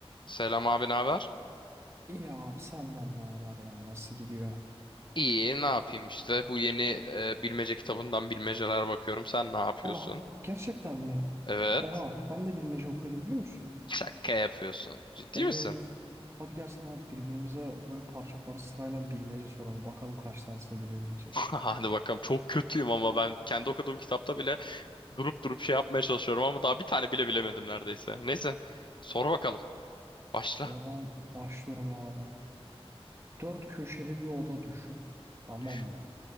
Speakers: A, on the left (about 50°); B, on the right (about 25°).
A: Selam abi, ne haber?
B: İyi abi senden ne haber ya? Nasıl gidiyor?
A: İyi, ne yapayım işte. Bu yeni e, bilmece kitabından bilmeceler bakıyorum. Sen ne yapıyorsun?
B: Ah gerçekten mi?
A: Evet.
B: Oha ben de bilmece okuyordum biliyor musun?
A: Şaka yapıyorsun. Ciddi
B: Evet.
A: misin?
B: Hadi gelsen abi birbirimize böyle parça parça sırayla bilmece soralım. Bakalım kaç tanesini bilebileceğiz.
A: <laughs> Hadi bakalım. Çok kötüyüm ama ben kendi okuduğum kitapta bile durup durup şey yapmaya çalışıyorum ama daha bir tane bile bilemedim neredeyse. Neyse, sor bakalım. Başla.
B: Oradan başlıyorum abi. Dört köşeli bir oda düşün. Tamam
A: Düş.
B: mı?